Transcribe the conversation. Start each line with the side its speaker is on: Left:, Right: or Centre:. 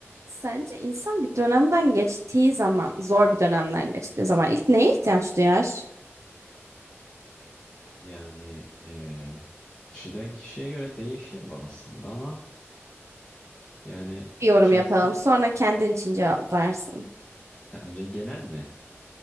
Right: Sence insan bir dönemden geçtiği zaman, zor bir dönemden geçtiği zaman ilk neye ihtiyaç duyar?
Left: Yani eee, kişiden kişiye göre değişir bu aslında ama yani
Right: Bir yorum
Left: kimisi
Right: yapalım. Sonra kendin için cevaplarsın.
Left: ya önce genel mi?